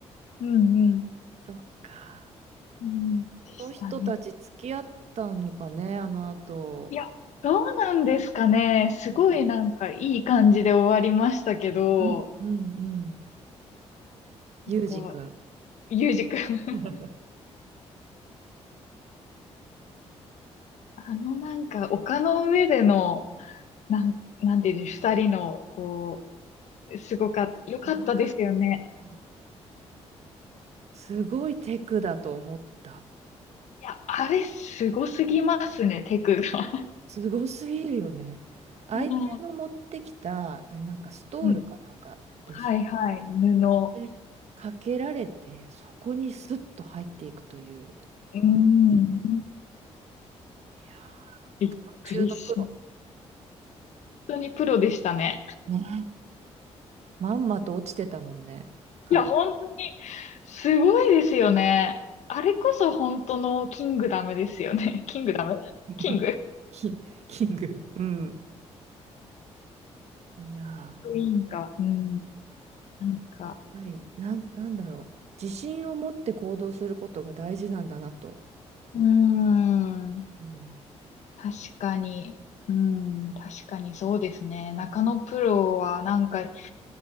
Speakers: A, on the left; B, on the right.
A: うんうん。
B: そっか。
A: うん。でしたね。
B: この人たち付き合ったのかね、あの後。
A: いや、どうなんですかね。すごいなんかいい感じで終わりましたけど、
B: うんうんうんうん。ユージくん。
A: なんか、ゆうじくん <laughs>
B: <laughs>
A: あのなんか丘の上での、なん、なんていうの、二人の、こう、すごかった、よかったですよね。
B: すごかった。すごいテクだと思った。
A: いや、あれ、すごすぎますね、テクが。
B: すごすぎるよね。相手の持ってきた、
A: うん
B: あなんかストールかなんかでし
A: うん。はいはい、布。う
B: て、でかけられて、そこにスッと入っていくという。
A: ーん。
B: いやー、
A: びっくりし、
B: プロ中のプロ。
A: 本当にプロでしたね。
B: ね。まんまと落ちてたもんね、彼。
A: いや、本当に、すごいですよね。
B: うん
A: あれこそ本当のキングダムですよね。<laughs> キングダムキング
B: <laughs> キン、<laughs> キング。うん。いやー、やっ
A: クイーンか。うん。なんか。
B: ぱり、なん、なんだろう。自信を持って行動することが大事なんだなと。
A: うーん。
B: うん。
A: 確かに。うん。確かにそうですね。中野プロはなんか